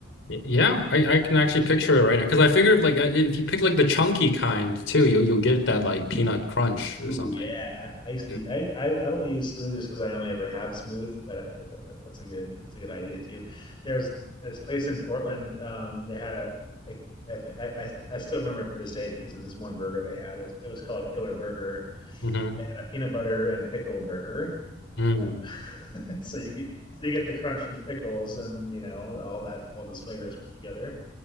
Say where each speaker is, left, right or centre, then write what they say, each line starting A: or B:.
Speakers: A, on the left; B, on the left.
A: Y- Yeah, I I can actually picture it right now because I figured like uh, if you pick like the chunky kind too, you'll you'll get that like peanut crunch or
B: Ooh,
A: something.
B: yeah. I actually,
A: Yeah.
B: I, I I've only used Smooth just because I only ever have Smooth, but I, that, that's a good that's a good idea too. There's this place in Portland. Um, they had a they, I, think- I I I still remember it to this day because of this one burger they had. It was, it was called Killer Burger,
A: Mhm.
B: a peanut butter and pickle burger.
A: Mm.
B: Uh, <laughs> so you get so you get the crunch from the pickles and you know all that all those flavors put together.